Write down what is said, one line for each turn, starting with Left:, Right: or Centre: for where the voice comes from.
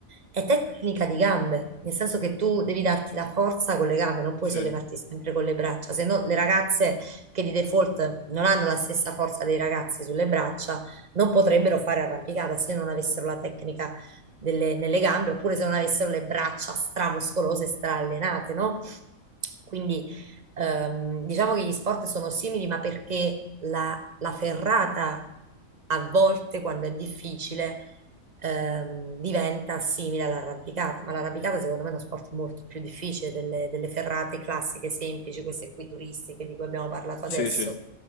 Right: è tecnica di gambe, nel senso che tu devi darti la forza con le gambe, non puoi
Left: Sì,
Right: sollevarti sempre con le braccia, se no le ragazze che di default non hanno la stessa forza dei ragazzi sulle braccia non potrebbero fare arrampicata se non avessero la tecnica delle- nelle gambe oppure se non avessero le braccia stramuscolose, straallenate, no? Quindi Ehm, diciamo che gli sport sono simili, ma perché la, la ferrata a volte, quando è difficile, ehm, diventa simile all'arrampicata. Ma l'arrampicata, secondo me, è uno sport molto più difficile delle, delle ferrate classiche, semplici, queste qui turistiche di cui abbiamo parlato
Left: sì,
Right: adesso.
Left: sì.